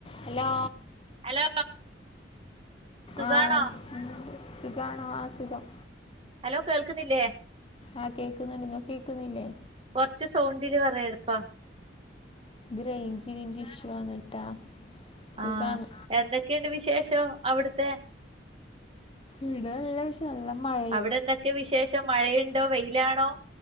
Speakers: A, on the left; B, on the right.
A: Hello
B: hello സുഖാണോ
A: ആഹ് സുഖാണോ ആസുഖം
B: ഹലോ കേൾക്കുന്നില്ലേ
A: ആഹ് കേക്കുന്നു നിങ്ങൾക്ക് കേക്കുന്നില്ലേ
B: കുറച്ച് സൗണ്ടില് പറയാ എളുപ്പാ
A: <unintelligible> സുഖാണ്
B: ആഹ് എന്തൊക്കെയുണ്ട് വിശേഷം അവിടുത്തെ
A: ഈടെ നല്ലവിശേ നല്ല മഴ
B: അവിടെ എന്തൊക്ക വിശേഷം മഴയുണ്ടോ വെയിലാണോ